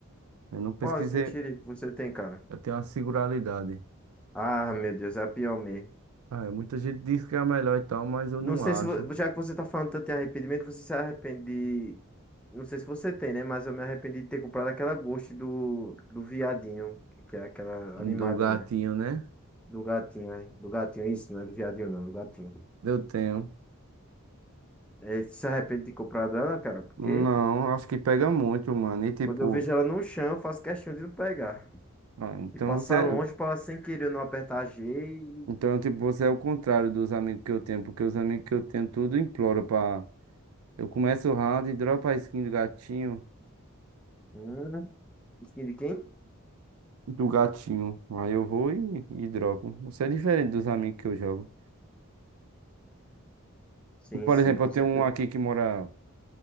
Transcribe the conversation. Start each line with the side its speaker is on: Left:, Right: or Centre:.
Right: Eu não pesquisei,
Centre: Qual skin sheriff que você tem, cara?
Right: eu tenho uma singularidade.
Centre: Ah, meu Deus, é a pior mesmo.
Right: Ah, muita gente diz que é a melhor e tal, mas eu
Centre: Não
Right: não
Centre: sei
Right: acho.
Centre: se, vo- já que você tá falando tanto em arrependimento, você se arrepende de... Não sei se você tem, né? Mas eu me arrependi de ter comprado aquela Ghost do, do viadinho, que é aquela
Right: do
Centre: animadinha.
Right: gatinho, né?
Centre: Do gatinho, né? Do gatinho, é isso, não é do viadinho, não, do gatinho.
Right: Eu tenho.
Centre: É, você se arrepende de ter comprado ela, cara? Porque
Right: Não, acho que pega muito, mano. E tipo,
Centre: quando eu vejo ela no chão, eu faço questão de não pegar.
Right: ah, então
Centre: E passar
Right: você,
Centre: longe pra ela sem querer eu não apertar G e...
Right: então tipo, você é o contrário dos amigos que eu tenho, porque os amigos que eu tenho tudo implora pra. Eu começo o round e dropo a skin do gatinho,
Centre: Hum, skin de quem?
Right: do gatinho. Aí eu vou e, e dropo. Você é diferente dos amigos que eu jogo.
Centre: Sim,
Right: Por
Centre: sim,
Right: exemplo,
Centre: com
Right: eu tenho
Centre: certeza.
Right: um aqui que mora